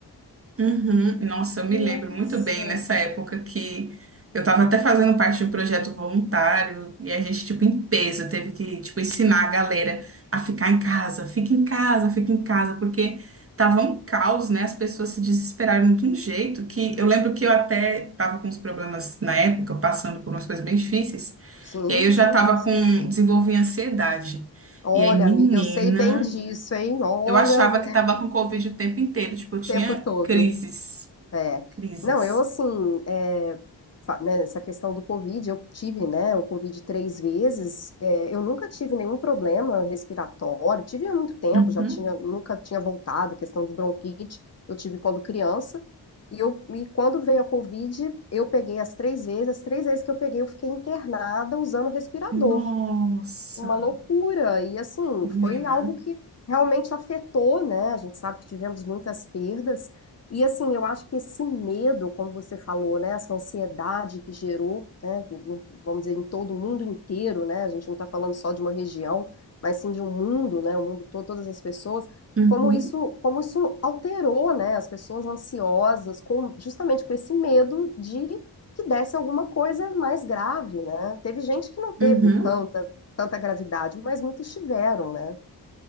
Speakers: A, on the right; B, on the left.
A: Uhum. Nossa, eu me
B: Nossa.
A: lembro muito bem nessa época que eu estava até fazendo parte de um projeto voluntário e a gente, tipo, em peso, teve que, tipo, ensinar a galera a ficar em casa, fica em casa, fica em casa, porque tava um caos, né? As pessoas se desesperaram de um jeito que eu lembro que eu até estava com uns problemas na época, passando por umas coisas bem difíceis,
B: Sim,
A: e aí eu já
B: sim,
A: estava
B: a gente...
A: com, desenvolvi ansiedade.
B: Olha,
A: E aí, menina,
B: amiga, eu sei bem disso, hein? Olha,
A: eu achava que
B: é
A: estava
B: o
A: com Covid o tempo inteiro, tipo, eu tinha
B: tempo todo.
A: crises.
B: É.
A: Crises.
B: Não, eu assim, é, fa- né, essa questão do Covid, eu tive, né, o Covid três vezes, é, eu nunca tive nenhum problema respiratório, tive há muito tempo,
A: Uhum.
B: já tinha, nunca tinha voltado, questão de bronquite, eu tive quando criança, e, eu, e quando veio a Covid, eu peguei as três vezes, as três vezes que eu peguei, eu fiquei internada usando respirador
A: Nossa,
B: uma loucura. E assim,
A: menina.
B: foi algo que realmente afetou, né? A gente sabe que tivemos muitas perdas. E assim, eu acho que esse medo, como você falou, né? Essa ansiedade que gerou, né? que, vamos dizer, em todo o mundo inteiro, né? A gente não está falando só de uma região, mas sim de um mundo, né? O mundo todo, todas as pessoas.
A: Uhum.
B: Como isso, como isso alterou, né? As pessoas ansiosas, com, justamente com esse medo de que desse alguma coisa mais grave, né? Teve gente que não teve
A: Uhum.
B: tanta tanta gravidade, mas muitos tiveram, né?